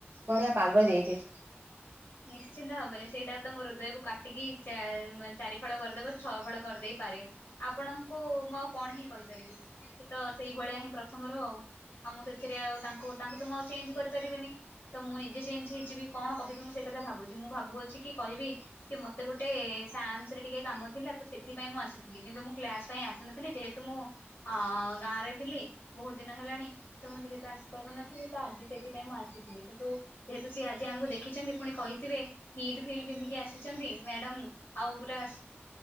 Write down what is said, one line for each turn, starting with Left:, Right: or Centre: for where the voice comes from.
Right: ବଢିଆ ପାଗ ଦେଇଛି
Left: ନିଶ୍ଚିନ୍ତ ଭାବରେ ସେଇଟା ତ ମୋ ହୃଦୟକୁ କାଟିକିେ ଚାରି ଫଳ କରିଦେବ ଛଅ ଫଳ କରିଦେଇପାରେ ଆପଣଙ୍କୁ ମୁଁ ଆଉ କଣ ହିଁ କହିପାରିବି ସେ ତ ସେଇଭଳିଆ ହିଁ ପ୍ରଥମରୁ ଆଉ ଆଉ ମୁଁ ସେଥିରେ ଆଉ ତାଙ୍କୁ ତାଙ୍କୁ ତ ମୁ ଆଉ ଚେଞ୍ଜ କରିପାରିବିନି ତ ମୁଁ ନିଜେ ଚେଞ୍ଜ ହେଇଯିବି କଣ କହିବି ମୁଁ ସେ ଟା ଭାବୁଚି ମୁଁ ଭାବୁଅଛି କି କହିବି କି ମତେ ଗୋଟେ ସାନ୍ସ ରେ ଟିକେ କାମ ଥିଲା ତ ସେଥିପାଇଁ ମୁଁ ଆସିଥିଲି କିନ୍ତୁ ମୁଁ କ୍ଲାସ ପାଇଁ ଆସିନଥିଲି। ଯେହେତୁ ମୁଁ ହଁ ଗାଁରେ ଥିଲି ବୋହୁତ ଦିନ ହେଲାଣି। ତ ମୁଁ ଯେହେତୁ ଆସିପାରୁନଥିଲି ତ ଆଜି ସେଥି ପାଇଁ ଆସିଥିଲି କିନ୍ତୁ ଯେହେତୁ ସିଏ ଆଜି ଆମକୁ ଦେଖିଚନ୍ତି ପୁଣି କହିଥିବେ ହିଲ ଫିଲ ପିନ୍ଧିକି ଆସିଚନ୍ତି ମ୍ୟାଡାମ୍। ଆଉ ପୁରା